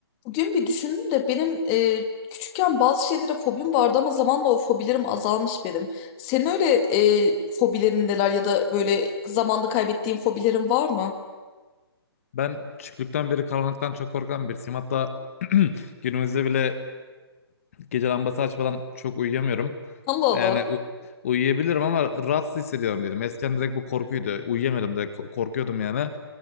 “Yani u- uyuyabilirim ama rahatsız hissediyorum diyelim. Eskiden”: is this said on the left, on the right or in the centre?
Left